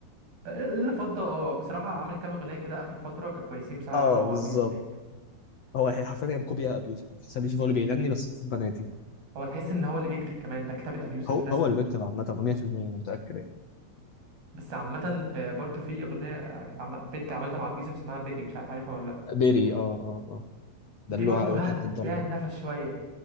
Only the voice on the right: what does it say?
اللي فضه اه بصراحه عامل كام اغنيه كده اخر فتره كانوا كويسين بصراحه
اللي عملوها
ابي يوسف ديت
هو تحس ان هو اللي بيكتب كمان ده كتابه ابي يوسف
رسمي
بس عامة آه، برضو في أغنية آه، كانت عم... بنت عملتها مع أبي يوسف اسمها بيري مش عارف عارفها ولا لأ
دي برضو
ها
فيها النفس شوية